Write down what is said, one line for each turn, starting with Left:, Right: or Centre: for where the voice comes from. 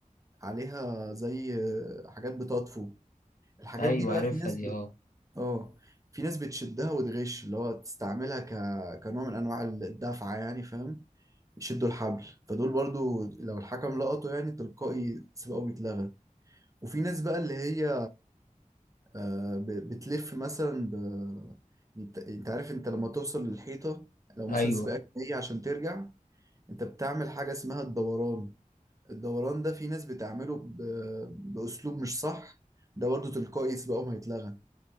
Right: عليها زي آه، حاجات بتطفو الحاجات
Left: ايوه
Right: دي بقى
Left: عارفها
Right: في ناس
Left: دي
Right: ب...
Left: اه
Right: اه في ناس بتشدها وتغش اللي هو تستعملها ك... كنوع من انواع الدفعة يعني فاهم يشدوا الحبل فدول برضو لو الحكم لقطه يعني تلقائي سبقه بيتلغى وفي ناس بقى اللي هي آه، ب- بتلف مثلا ب... انت انت عارف انت لما توصل للحيطة لو مثلا
Left: ايوه
Right: سباقك جاي عشان ترجع انت بتعمل حاجة اسمها الدوران الدوران ده في ناس بتعمله ب... بأسلوب مش صح ده برضه تلقائي سبقهم هيتلغى